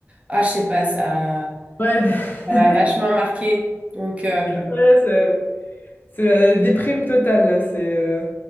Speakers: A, on the right; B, on the left.
A: Ah, je sais pas, ça,
B: Ouais,
A: ça
B: <laughs>
A: m'a vachement marqué. Donc... euh,
B: Ouais, c'est c'est la déprime totale là. C'est euh,